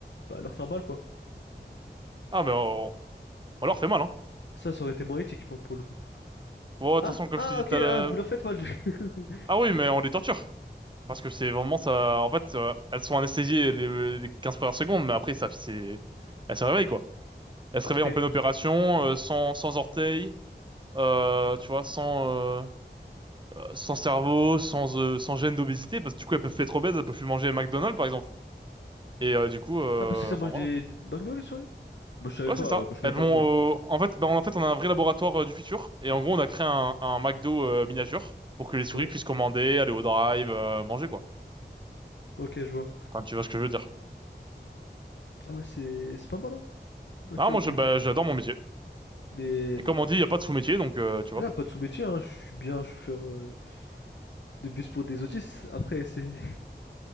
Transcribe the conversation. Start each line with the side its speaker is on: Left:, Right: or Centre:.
Left: bah, leur faire mal quoi.
Right: ah mais on, on leur fait mal hein
Left: Ça, ça aurait été moins éthique pour, pour le coup.
Right: bon de toute
Left: Ah,
Right: façon comme
Left: ah,
Right: je te dis
Left: ok,
Right: t'as le...
Left: ah, vous leur faites mal. <laughs>
Right: ah oui mais on les torture parce que c'est vraiment ça en fait euh, elles sont anesthésiées les, les 15 premières secondes mais après ça c'est elles se réveillent quoi elles se
Left: Après,
Right: réveillent en pleine opération euh, sans sans orteils euh, tu vois sans euh, sans cerveau, sans, euh, sans gêne d'obésité, parce que du coup, elles peuvent plus être obèses, elles peuvent plus manger McDonald's, par exemple. Et euh, du coup, euh,
Left: ah, parce que ça
Right: enfin
Left: mange
Right: voilà.
Left: des, des McDo, les souris? Moi, je savais
Right: Ouais,
Left: pas,
Right: c'est ça.
Left: euh, moi, je connais
Right: Elles
Left: pas
Right: vont,
Left: trop.
Right: euh, en fait, ben, en fait, on a un vrai laboratoire euh, du futur, et en gros, on a créé un, un McDo euh, miniature pour que les souris
Left: Ouais,
Right: puissent commander, aller au drive, euh, manger quoi.
Left: ok, je vois.
Right: Enfin, tu vois ce que je veux dire.
Left: Ah ouais, c'est c'est pas mal, hein. Ok,
Right: Ah, moi,
Left: ok.
Right: je, bah, j'adore mon métier.
Left: Mais
Right: Et
Left: bon,
Right: comme on dit, il y a pas de sous-métier, donc euh, tu
Left: ouais,
Right: vois.
Left: pas de sous-métier, hein. Je suis bien chauffeur euh, de bus pour des autistes. Après, c'est... <laughs>